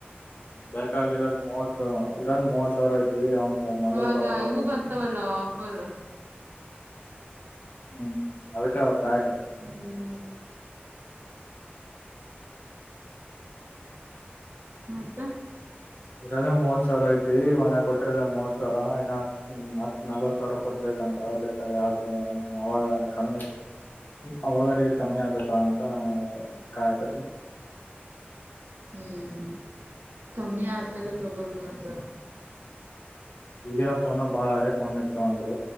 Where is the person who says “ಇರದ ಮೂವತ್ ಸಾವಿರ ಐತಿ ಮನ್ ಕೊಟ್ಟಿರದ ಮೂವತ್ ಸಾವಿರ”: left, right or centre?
Left